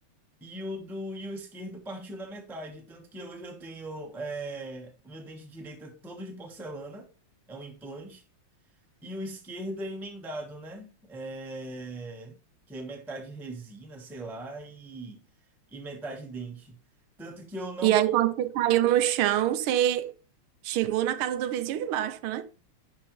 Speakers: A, in the centre; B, on the right (about 85°).
A: E o do e o esquerdo partiu na metade. Tanto que hoje eu tenho. É, o meu dente direito é todo de porcelana, é um implante. E o esquerdo é emendado, né? É, que é metade resina, sei lá, e, e metade dente. Tanto que eu não.
B: E aí, quando você caiu no chão, você chegou na casa do vizinho de baixo, né?